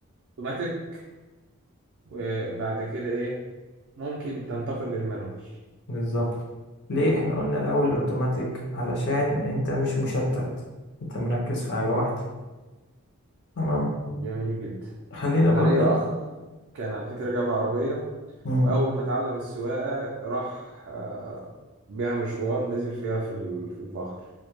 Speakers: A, on the right; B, on the left.
A: اوتوماتيك وبعد كده ايه ممكن تنتقل للمانوال
B: بالظبط ليه احنا قلنا الأول الأوتوماتيك علشان انت مش مشتت انت مركز في حاجة واحدة تمام
A: جميل جدا
B: خلينا
A: انا
B: برضو
A: ليا اخ كان على فكره جاب عربيه
B: مم.
A: واول ما اتعلم السواقه راح آه، بيها مشوار نزل فيها في ال- في البحر